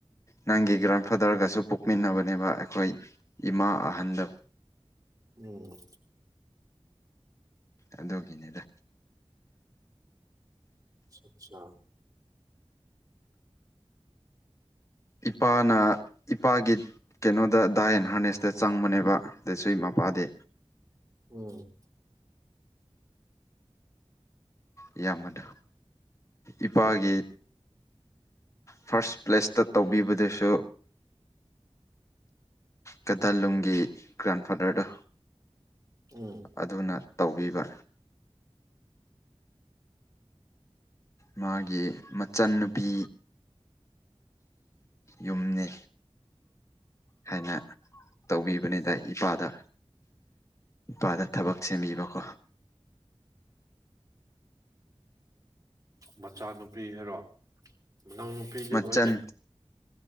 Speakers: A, on the left; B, on the right.
A: ꯅꯪꯒꯤ ꯒ꯭ꯔꯥꯟꯐꯥꯗꯔꯒꯁꯨ ꯄꯣꯛꯃꯤꯟꯅꯕꯅꯦꯕ ꯑꯩꯈꯣꯏ ꯏꯃꯥ ꯑꯍꯟꯗ
B: ꯎꯝ
A: ꯑꯗꯨꯒꯤꯅꯤꯗ
B: ꯑꯆꯥ
A: ꯏꯄꯥꯅ ꯏꯄꯥꯒꯤ ꯀꯩꯅꯣꯗ ꯗꯥꯏ ꯑꯦꯟ ꯍꯥꯔꯅꯦꯁꯇ ꯆꯪꯕꯅꯦꯕ ꯑꯗꯨꯗꯁꯨ ꯏ ꯃꯄꯥꯗꯤ
B: ꯎꯝ
A: ꯏꯌꯥꯝꯕꯅ ꯏꯄꯥꯒꯤ ꯐꯥꯔꯁ ꯄ꯭ꯂꯦꯁꯇ ꯇꯧꯕꯤꯕꯗꯨꯁꯨ ꯀꯗꯥꯂꯨꯝꯒꯤ ꯒ꯭ꯔꯥꯟꯐꯥꯗꯔꯗ
B: ꯎꯝ
A: ꯑꯗꯨꯅ ꯇꯧꯕꯤꯕ꯭ꯔꯥ ꯃꯥꯒꯤ ꯃꯆꯟꯅꯨꯄꯤ ꯌꯨꯝꯅꯤ ꯍꯥꯏꯅ ꯇꯧꯕꯤꯕꯅꯤꯗ ꯏꯄꯥꯗ ꯄꯥꯗ ꯊꯕꯛꯁ ꯃꯤꯕꯀꯣ
B: ꯃꯆꯥꯅꯨꯄꯤ ꯍꯥꯏꯔꯣ ꯅꯧ ꯅꯨꯄꯤꯗꯤ
A: ꯃꯆꯟ
B: ꯑꯣꯏꯗꯦ